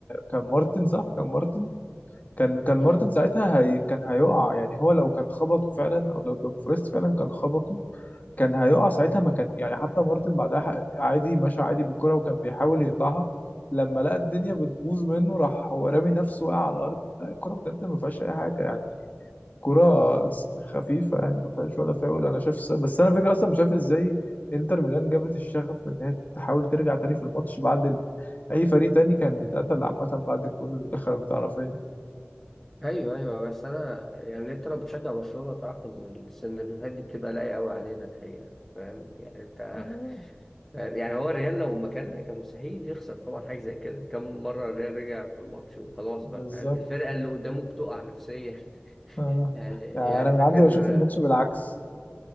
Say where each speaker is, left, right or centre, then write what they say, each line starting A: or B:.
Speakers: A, on the left; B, in the centre.
A: كان مارتن صح كان مارتن كان كان مارتن
B: اه
A: ساعتها هي كان هيقع يعني هو لو كان خبطه فعلا او لو دومفريس فعلا كان خبطه كان هيقع ساعتها ما كان يعني حتى مارتن بعدها ح- عادي مشى عادي بالكرة وكان بيحاول يقطعها لما لقى الدنيا بتبوظ منه راح هو رامي نفسه وقع على الأرض لا الكرة بجد ما فيهاش أي حاجة يعني كرة س- خفيفة يعني ما فيهاش ولا فاول أنا شايف س- بس أنا فكرة أصلا مش عارف إزاي إنتر ميلان جابت الشغف إن هي تحاول ترجع تاني في الماتش بعد ال... أي فريق تاني كان اتقتل عامة بعد الجول اللي دخل بتاع رافينيا
B: ايوه ايوه بس انا يعني انت لو بتشجع برشلونه تعرف ان السيناريوهات دي بتبقى لايقه قوي علينا الحقيقه فاهم يعني انت
A: آه،
B: <laughs> يعني هو الريال لو مكاننا كان مستحيل يخسر طبعا حاجه زي كده كم مره الريال رجع في الماتش وخلاص
A: بالظبط
B: بقى فاهم الفرقه اللي قدامه بتقع نفسيا <laughs>
A: آه.
B: يعني يعني
A: يعني أنا من
B: فاكر
A: عندي بشوف الماتش
B: اه
A: بالعكس